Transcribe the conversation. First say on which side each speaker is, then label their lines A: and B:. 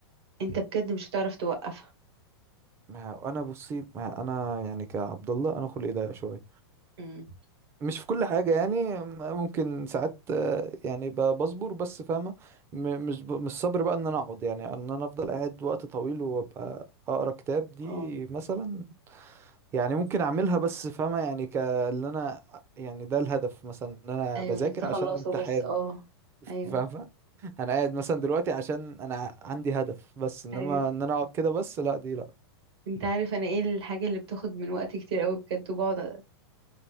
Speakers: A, on the right; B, on the right.
A: انت بجد مش هتعرف توقفها
B: ما انا بصي ما انا يعني كعبد الله انا خلقي ضيق شويه
A: امم
B: مش في كل حاجه يعني ممكن ساعات آه، يعني ب- بصبر بس فاهمه م- مش ب- مش صبر بقى ان انا اقعد يعني ان انا افضل قاعد وقت طويل وابقى اقرا كتاب دي
A: اه
B: مثلا يعني ممكن اعملها بس فاهمة يعني ك اللي انا يعني ده الهدف مثلا ان انا
A: ايوه
B: بذاكر
A: انك تخلصه
B: عشان امتحان
A: بس اه
B: <laughs>
A: ايوه
B: فاهمة انا قاعد مثلا دلوقتي عشان انا عندي هدف بس انما
A: ايوه
B: ان انا اقعد كده بس لا دي لا
A: انت عارف انا ايه الحاجه اللي بتاخد من وقتي كتير قوي بجد وبقعد